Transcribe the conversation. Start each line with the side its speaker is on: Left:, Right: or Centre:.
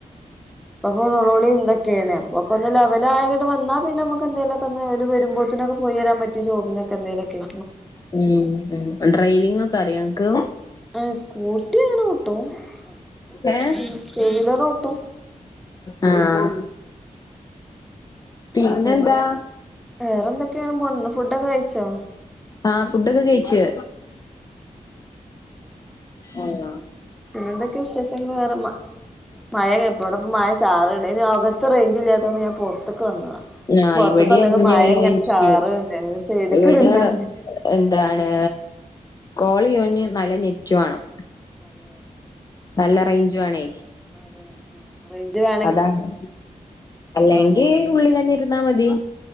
Left: <inaudible>
Centre: അപ്പൊ മൊളോളി എന്തൊക്കെയാണ് അപ്പൊക്കൊന്ന് ലെവലാങ്ങ്ട് വന്നാ പിന്നമുക്കെന്തെലൊക്കൊന്ന് ഓല് വരുമ്പോ ത്തിനൊക്കെ പോയിവരാൻ പറ്റിയ ജോബിനൊക്കെന്തേലൊക്കെ
Left: ഉം ഡ്രൈവിംഗൊക്കറിയോ നിങ്ങക്ക്?
Centre: ങ് സ്കൂട്ടി അങ്ങനോട്ടും ങ്
Left: ഏഹ്
Centre: ടൂ വീലറോട്ടും.
Left: ആഹ് പിന്നെന്താ
Centre: പിന്നെ വേറെന്തൊക്കെയാണ് പൊൻ ഫുഡൊക്കെ കയിച്ചോ.
Left: ആഹ് ഫുഡൊക്കെ കയിച്ച്
Centre: <inaudible>
Left: ആഹ്
Centre: പിന്നെന്തെക്കെയാ വിശേഷങ്ങള് വേറെ മ മഴ ഇപ്പ്വ്ടെ മഴ ചാറ ണ്ടായിന്നു അകത്ത് റേഞ്ചില്ലാത്തോണ്ട് ഞാൻ പൊറത്ത്ക്ക് വന്നതാ.
Left: ആഹ്
Centre: പൊറത്ത്ക്ക്‌
Left: ഇവിടെ
Centre: വന്നെങ്ങ
Left: അങ്ങനെയുള്ള
Centre: മഴ ഇങ്ങനെ
Left: ഇഷ്യൂ
Centre: ചാറ്ണ്ട് നെ സൈട്ക്ക്‌
Left: ഇവിടെ
Centre: നിന്നാഞ്ഞ്
Left: എന്താണ് കോളെയ്യോഞ്ഞ് നല്ല നെറ്റ് വേണം.
Centre: അതെ
Left: നല്ല റേഞ്ച് വേണേ
Centre: അതെ ആ റേഞ്ച് വേ
Left: അതാണ് അല്ലെങ്കി
Centre: വേണ്ടിയിരുന്നു
Left: ഉള്ളിലെന്നിരുന്നാ മതി.